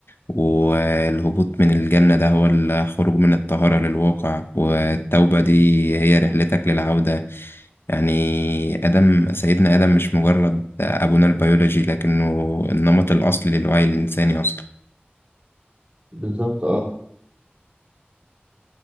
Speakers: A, on the left; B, on the right.
A: والهبوط من الجنة ده هو الخروج من الطهارة للواقع والتوبة
B: مم.
A: دي هي رحلتك للعودة يعني آدم سيدنا آدم مش مجرد أبونا البيولوجي لكنه النمط الأصلي للوعي الإنساني أصلا
B: بالظبط اه